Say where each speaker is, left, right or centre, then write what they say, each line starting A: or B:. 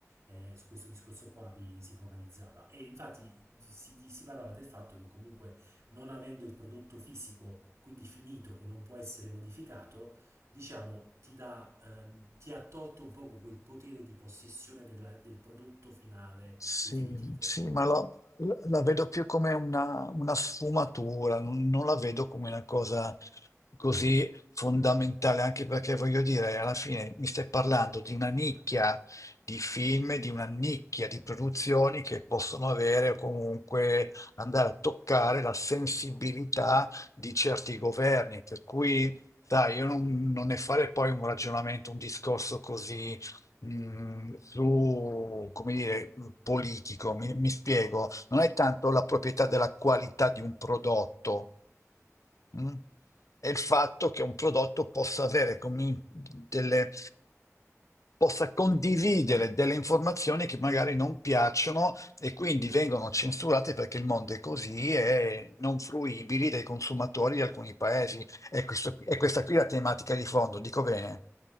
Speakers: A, on the right (about 65°); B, on the left (about 75°).
A: Eh, su questo discorso qua vi- si focalizzava e infatti si, si parlava del fatto che comunque non avendo il prodotto fisico, quindi finito, che non può essere modificato, diciamo, ti dà, ehm, ti ha tolto un poco quel potere di possessione della- del prodotto finale
B: Sì,
A: definitivo.
B: sì, ma la, la vedo più come una, una sfumatura, non, non la vedo come una cosa così fondamentale, anche perché voglio dire, alla fine mi stai parlando di una nicchia di film, di una nicchia di produzioni che possono avere o comunque andare a toccare la sensibilità di certi governi, per cui, sai, io non, non ne fare poi un ragionamento, un discorso così mh, su, come dire, politico, mi, mi spiego, non è tanto la proprietà della qualità di un prodotto, mh? È il fatto che un prodotto possa avere come delle, possa condividere delle informazioni che magari non piacciono e quindi vengono censurate perché il mondo è così e non fruibili dai consumatori di alcuni paesi. E questo- e questa qui è la tematica di fondo, dico bene.